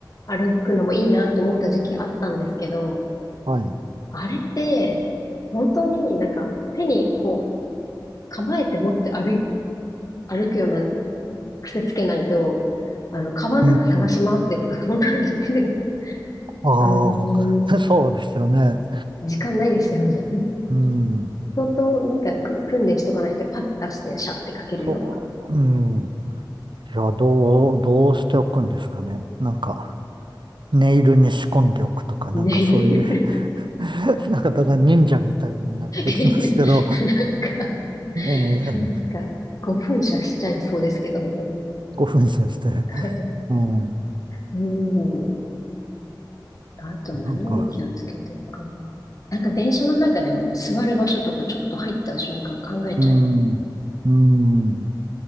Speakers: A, on the left; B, on the right.
A: 歩くのもいいなと思った時期あったんですけど、
B: はい。
A: あれって、本当になんか手にこう構えて持って歩い、歩くような癖つけないと、あの、カバンの中探し回ってとか、
B: うん。
A: そんなのやってる、
B: ああ、
A: あのー
B: <laughs> そうですよね。
A: 時間ないですよね。
B: うん。
A: 相当なんかく訓練しとかないとパッと出してシャッてかけるような。
B: そう。うん。いや、どう、どうしておくんですかね。なんか、ネイルに仕込んでおくとか、なんかそういう
A: ね。
B: <laughs> なんかだんだん忍者みたいになっていきますけど、
A: <laughs> なんか、
B: ええ
A: なんか、5分射しちゃいそうですけどね。
B: 5分じゃして、
A: <laughs>
B: うん、
A: うん。あと何に気をつけてるかな。
B: なんか、
A: なんか電車の中でも座る場所とかちょっと入った瞬間考えちゃいます。
B: うん、うん、